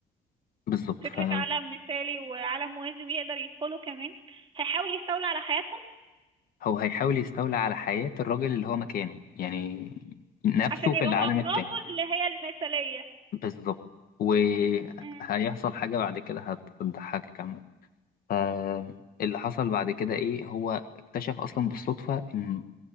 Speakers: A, on the left; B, on the right.
A: بالظبط
B: فكرة
A: فهو
B: عالم مثالي وعالم موازي ويقدر يدخله كمان هيحاول يستولى على حياتهم
A: هيحاول يستولى على حياة الراجل اللي هو مكانه يعني نفسه
B: عشان
A: في
B: يبقى
A: العالم
B: مع مراته
A: التاني
B: اللي هي المثالية
A: بالظبط وهيحصل
B: مم.
A: حاجة بعد كده هت- هتضحكك كمان فاللي حصل بعد كده إيه هو اكتشف أصلا بالصدفة إن